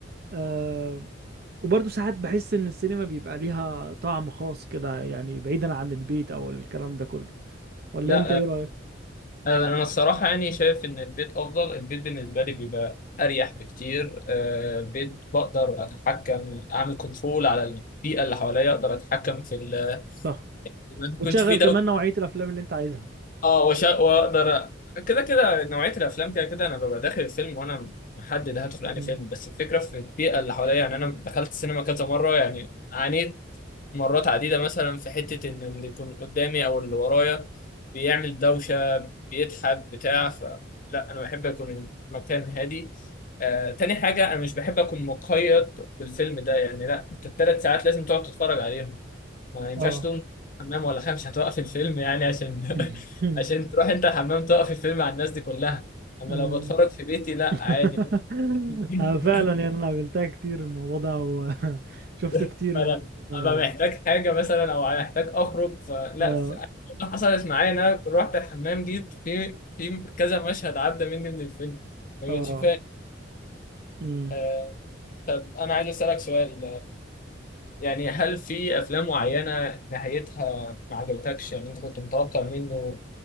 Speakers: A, on the right (about 50°); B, on the left (about 45°).
A: آه وبرضه ساعات بحس ان السينما بيبقى ليها طعم خاص كده يعني بعيدا عن البيت او الكلام ده كله ولا
B: لا
A: انت ايه رأيك
B: آه، انا الصراحة يعني شايف ان البيت افضل البيت بالنسبة لي بيبقى اريح بكتير آه، بيت بقدر اتحكم اعمل كنترول على البيئة اللي حواليا اقدر اتحكم في ال...
A: صح
B: ما
A: وتشغل
B: تكونش فيه
A: كمان نوعية الافلام اللي انت عايزها
B: اه وش... واقدر أ- كده كده نوعيه الافلام كده كده انا ببقى داخل الفيلم وانا محدد هدخل
A: مم.
B: انهي فيلم بس الفكره في البيئه اللي حواليا يعني انا دخلت السينما كذا مره يعني عانيت مرات عديده مثلا في حته ان اللي يكون قدامي او اللي ورايا بيعمل دوشه بيضحك بتاع فلا انا بحب اكون المكان هادي آه، تاني حاجة أنا مش بحب أكون مقيد بالفيلم ده يعني لا أنت التلات ساعات لازم تقعد تتفرج عليهم ما ينفعش
A: اه
B: تقوم حمام ولا حاجة مش هتوقف الفيلم يعني عشان
A: <laughs>
B: <laughs> عشان تروح انت الحمام توقف الفيلم على الناس دي كلها اما
A: مم.
B: لو بتفرج في بيتي لا
A: <laughs>
B: عادي ممكن
A: آه فعلا يعني انا قابلتها كتير الموضوع ده وشفته
B: <laughs>
A: <laughs> كتير
B: فانا
A: الموضوع ده
B: ابقى
A: يعني
B: محتاج حاجة مثلا او محتاج اخرج فلا
A: اه
B: ف- ده حصلت معايا ان انا رحت الحمام جيت في في كذا مشهد عدى مني من الفيلم ما
A: اه
B: كنتش فاهم
A: مم.
B: آه، طب انا عايز اسالك سؤال يعني هل في افلام معينه نهايتها ما عجبتكش يعني انت كنت متوقع منه